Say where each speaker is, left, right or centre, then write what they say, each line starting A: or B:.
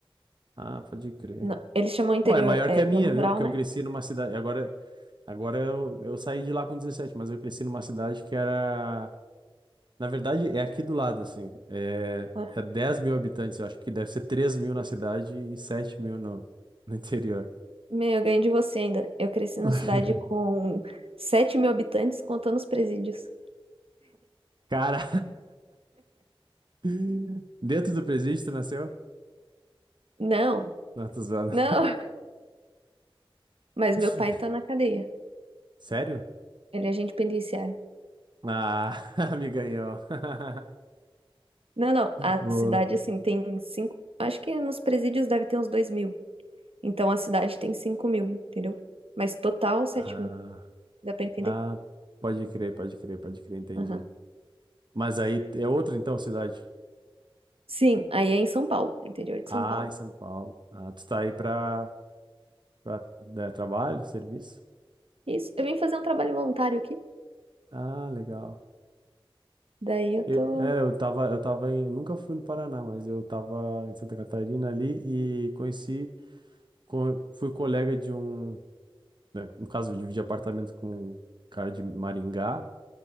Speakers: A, on the right; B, on the right.
A: Ah, pode crer.
B: Não, eles chamam interior,
A: Pô, é maior
B: é,
A: que a minha,
B: zona rural,
A: viu? Porque
B: né?
A: eu cresci numa cidade. Agora, agora eu, eu saí de lá com dezessete mas eu cresci numa cidade que era Na verdade, é aqui do lado, assim. É,
B: Aham.
A: é 10 mil habitantes, eu acho que deve ser 3 mil na cidade e sete mil no, no interior.
B: Meu, eu ganhei de você ainda. Eu cresci na
A: <laughs>
B: cidade com sete mil habitantes, contando os presídios.
A: Cara, <laughs> dentro do presídio tu nasceu?
B: Não,
A: Não, tô zoando.
B: não. <laughs> Mas
A: <laughs>
B: meu pai tá na cadeia.
A: Sério?
B: Ele é agente penitenciário.
A: Ah, <laughs> me ganhou. <laughs>
B: Não, não. A
A: Boa.
B: cidade, assim, tem cinco. Acho que nos presídios deve ter uns dois mil. Então a cidade tem cinco mil, entendeu? Mas total sete
A: Ah,
B: mil. Dá pra entender?
A: ah, pode crer, pode crer, pode crer, entendi.
B: Aham.
A: Mas aí é outra, então, cidade?
B: Sim, aí é em São Paulo, interior de
A: Ah,
B: São Paulo.
A: em São Paulo. Ah, tu tá aí pra Pra, né, trabalho, serviço?
B: Isso. Eu vim fazer um trabalho voluntário aqui.
A: Ah, legal.
B: Daí eu
A: Eu,
B: tô.
A: é, eu tava, eu tava em, nunca fui no Paraná, mas eu tava em Santa Catarina ali e conheci, co- fui colega de um, né, no caso, eu dividi apartamento com um cara de Maringá,